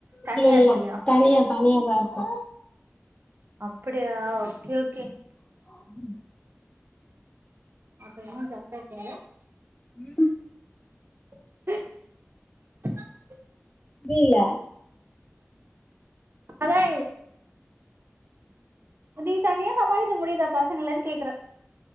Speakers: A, on the right (about 50°); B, on the left (about 25°).
A: தனியா
B: இல்ல இல்ல
A: இருக்கியா
B: தனியா தனியாதா இருக்கே
A: அப்டியா ஓகே ஓகே
B: ம்
A: அப்ப இன்னு ஜாலியா இருக்கீங்கில்ல
B: ம்
A: <unintelligible>
B: புரியல
A: அத நீ தனியா சமாளிக்க முடியுதா பசங்களன்னு கேக்கறே